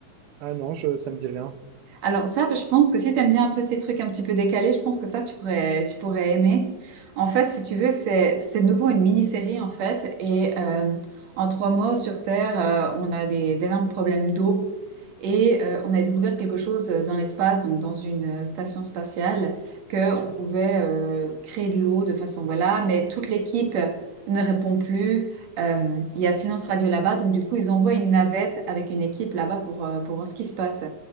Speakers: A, on the right; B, on the right.
A: Ah non, je, ça me dit rien.
B: Alors ça, je pense que si tu aimes bien un peu ces trucs un petit peu décalés, je pense que ça, tu pourrais, tu pourrais aimer. En fait, si tu veux, c'est, c'est de nouveau une mini-série, en fait. Et euh, en trois mois sur Terre, euh, on a des, d'énormes problèmes d'eau. Et euh, on a découvert quelque chose euh, dans l'espace, donc dans une euh, station spatiale, qu'on pouvait euh, créer de l'eau de façon, voilà, mais toute l'équipe ne répond plus. Euh, il y a silence radio là-bas, donc du coup, ils envoient une navette avec une équipe là-bas pour, euh, pour voir ce qui se passe.